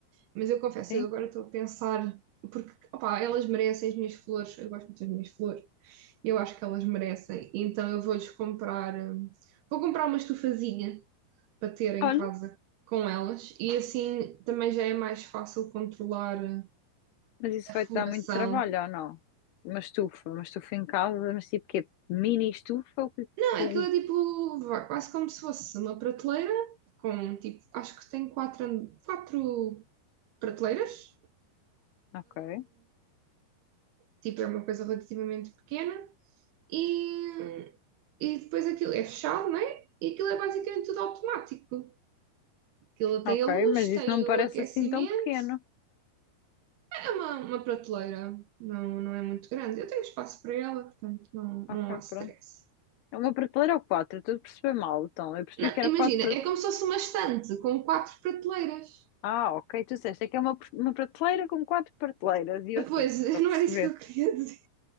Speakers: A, on the right (about 75°); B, on the left (about 75°).
A: mas eu confesso,
B: Sim?
A: eu agora estou a pensar, porque opá, elas merecem as minhas flores, eu gosto muito das minhas flores, Eu acho que elas merecem. Então eu vou-lhes comprar. hum, Vou comprar uma estufazinha para ter em
B: Olha,
A: casa com elas e assim também já é mais fácil controlar hum,
B: mas isso
A: a
B: vai-te
A: floração.
B: dar muito trabalho, ou não? Uma estufa, uma estufa em casa, mas tipo quê? Mini estufa? O que-
A: Não, aquilo
B: com-
A: é tipo vá, quase como se fosse uma prateleira com tipo, acho que tem quatro, an- quatro prateleiras,
B: Ok,
A: tipo, é uma coisa relativamente pequena e, e depois aquilo é fechado, né? E aquilo é basicamente tudo automático. Aquilo tem
B: ok,
A: a luz,
B: mas isso
A: tem
B: não me parece
A: o aquecimento.
B: assim tão pequeno.
A: É uma, uma prateleira, não, não é muito grande. Eu tenho espaço para ela, portanto não, não
B: Ok,
A: há stress.
B: pronto. É uma prateleira ou quatro? Eu Estou a perceber mal, então. Eu percebi
A: Não,
B: que era
A: imagina,
B: quatro
A: é como se fosse uma estante com quatro prateleiras.
B: Ah, ok, tu disseste, é que é uma, uma prateleira com quatro prateleiras, e eu sim,
A: Pois, <laughs>
B: estou
A: não
B: a perceber.
A: era isso que eu queria dizer.